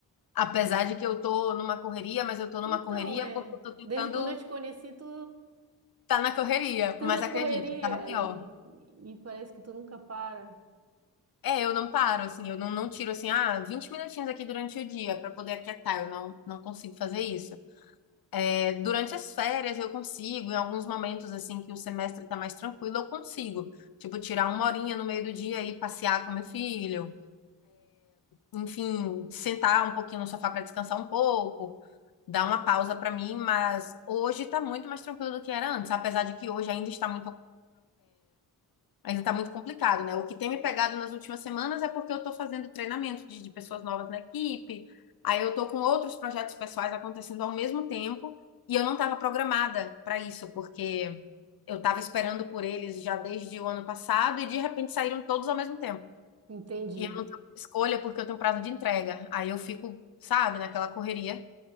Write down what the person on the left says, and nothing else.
Apesar de que eu tô numa correria, mas eu tô numa
correria
porque eu tô tentando
estar tá na correria.
Mas
acredite,
tava pior.
É, eu não paro, assim, eu não, não tiro, assim, ah, 20 minutinhos aqui durante o dia para poder aquietar, eu não, não consigo fazer isso. É, durante as férias eu consigo, em alguns momentos, assim, que o semestre tá mais tranquilo, eu consigo. Tipo, tirar uma horinha no meio do dia e passear com meu filho, enfim, sentar um pouquinho no sofá para descansar um pouco, dar uma pausa para mim, mas hoje tá muito mais tranquilo do que era antes, apesar de que hoje ainda está muito, Ainda tá muito complicado, né? O que tem me pegado nas últimas semanas é porque eu tô fazendo treinamento de, de pessoas novas na equipe, aí eu tô com outros projetos pessoais acontecendo ao mesmo tempo, e eu não estava programada para isso, porque eu estava esperando por eles já desde o ano passado e de repente saíram todos ao mesmo tempo.
E eu não tava com escolha porque eu tenho prazo de entrega. Aí eu fico, sabe, naquela correria.